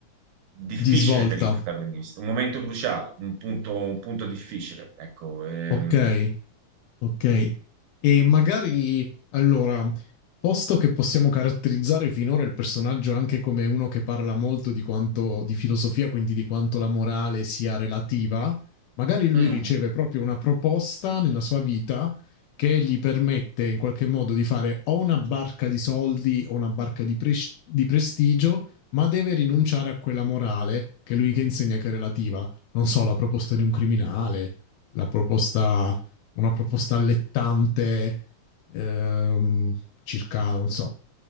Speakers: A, on the right; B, on the left.
A: difficile
B: di svolta,
A: per il protagonista, un momento cruciale, un punto, un punto difficile, ecco. ehm.
B: ok? Ok, e magari allora, posto che possiamo caratterizzare finora il personaggio anche come uno che parla molto di quanto di filosofia, quindi di quanto la morale sia relativa, magari lui
A: Mm.
B: riceve proprio una proposta nella sua vita che gli permette in qualche modo di fare o una barca di soldi o una barca di, pres- di prestigio, ma deve rinunciare a quella morale che lui che insegna che è relativa. Non so, la proposta di un criminale, la proposta una proposta allettante, ehm, circa, non so,